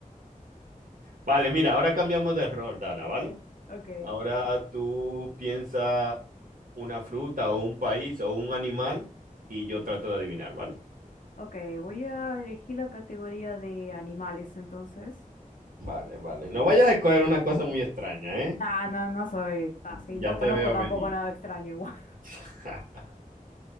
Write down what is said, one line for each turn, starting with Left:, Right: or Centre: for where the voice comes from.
Right: Vale, mira, ahora cambiamos de rol, Dana, ¿vale?
Left: Ok.
Right: Ahora tú piensas una fruta o un país o un animal y yo trato de adivinar, ¿vale?
Left: Ok, voy a elegir la categoría de animales entonces.
Right: Vale, vale. No vayas a escoger una cosa muy extraña, ¿eh?
Left: Ah, no, no soy así,
Right: Ya
Left: no conozco
Right: te veo
Left: tampoco
Right: venir.
Left: nada extraño igual. <laughs>
Right: <laughs>